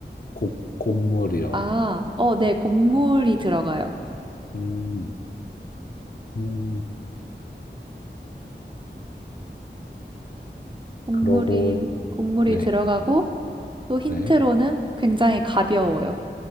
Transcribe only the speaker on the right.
아, 어, 네, 곡물이 들어가요.
곡물이,
곡물이
들어가고 또 힌트로는
굉장히 가벼워요.